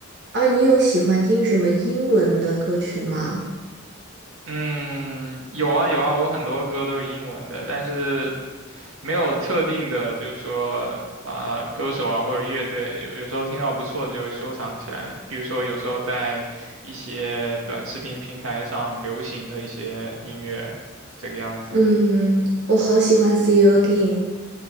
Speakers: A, on the right; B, on the right.
A: 啊，你有喜欢听什么英文的歌曲吗？
B: 嗯，有啊有啊，我很多歌都是英文的，但是没有特定的，就是说啊、歌手啊或者乐队，有有时候听到不错的就会收藏起来。比如说，有时候在一些短视频平台上流行的一些音乐，这个样子。
A: 嗯，我好喜欢《See You Again》，